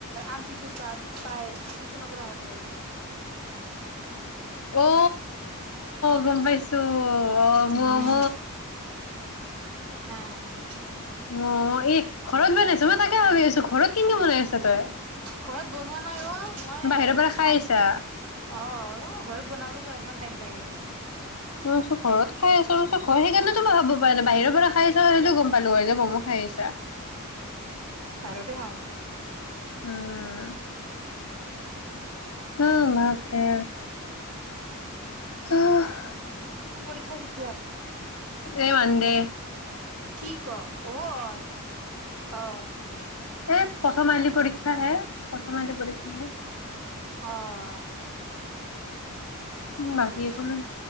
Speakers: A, on the right (about 85°); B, on the left (about 75°).
A: আন্টি তোৰ তাত তাই টিউচনৰ পৰা আহোতে
B: অ গম পাইছো অ মম
A: উম অ
B: অ এ ঘৰত বেনাইছো মই তাকে ভাবি আছো ঘৰত। কিনো বনাই আছ তই?
A: ঘৰত বনোৱা নাই অ মই
B: বাহিৰৰ পৰা
A: খাই
B: খাই আহিছা
A: অ ঘৰত বনাব যা ইমান টাইম লাগে।
B: ম ঘৰত খাই আছ আৰু সেইকাৰণেতো মই ভাব পাই ন বাহিৰৰ পৰা খাই আছা হলেও গম পালো হয় যে ম'ম খাই আহ আহিছা
A: পাৰতে খাওঁ মই
B: উম হ বাপৰে আহ
A: <unintelligible>
B: এ ম দে
A: কি ক অ অ অ
B: এ', প্ৰথম আইলি পৰীক্ষা হে। প্ৰথম আদি পৰীক্ষা হে
A: অ',
B: উম', বাকী
A: বুজিছো
B: একো নাই।